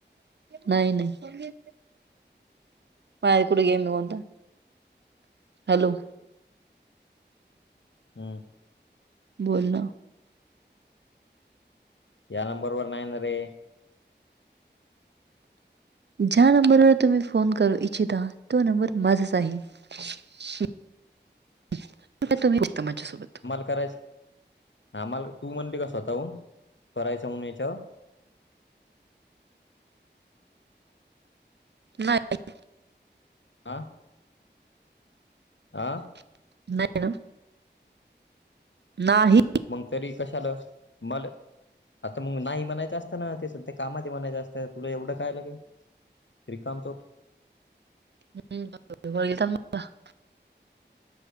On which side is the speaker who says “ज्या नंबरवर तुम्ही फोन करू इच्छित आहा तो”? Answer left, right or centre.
Right